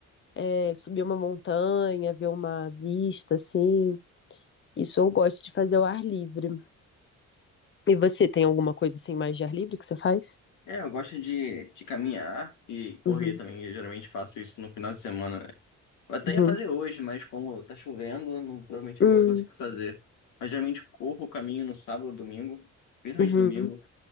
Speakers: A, on the left; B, on the left.
A: É, subir uma montanha, ver uma vista, assim. Isso eu gosto de fazer ao ar livre. E você tem alguma coisa assim mais de ar livre que você faz?
B: É, eu gosto de, de caminhar e correr
A: Uhum,
B: também. Eu geralmente faço isso no final de semana, né? Eu até
A: uhum,
B: ia fazer hoje, mas como tá chovendo, não- provavelmente
A: uhum,
B: não vou conseguir fazer. Mas geralmente corro o caminho no sábado, domingo, principalmente
A: uhum,
B: domingo,